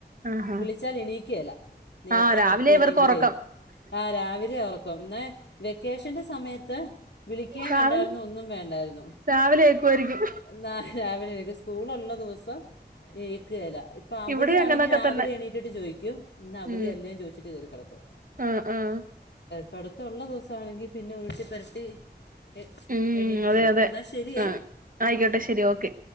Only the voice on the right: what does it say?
ആഹാ
ആഹ് രാവിലെ
ഇവർക്ക് ഒറക്കം
രാവിലെ
രാവിലെ ഏക്കുവായിരിക്കും
ഇവിടെ അങ്ങനൊക്കെ
തന്നെ
ഉം
ആഹ് ആഹ്
ഉം
അതെ അതെ
ആഹ് ആയിക്കോട്ടെ ശരി ഓക്കെ